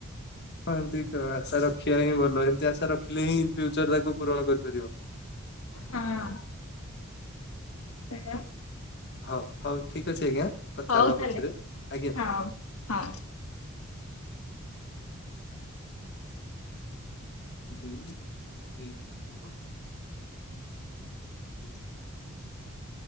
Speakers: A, on the left (about 50°); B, on the left (about 80°).
A: ହଁ ଏମିତି ଆଶା ରଖିବା ହିଁ ଭଲ ଏମତି ଆଶା ରଖିଲେ ହିଁ ଫ୍ୟୁଚର ତାକୁ ପୂରଣ କରିପାରିବ।
B: ହଁ। ସେ
A: ହଉଁ ହଉଁ ଠିକ ଅଛି ଆଜ୍ଞା କଥା
B: ହଉ
A: ହବା
B: ତାହେଲେ
A: ପଛରେ, ଆଜ୍ଞା
B: ହଉ
A: ଆଜ୍ଞା।
B: ହଁ।
A: <inaudible> <inaudible>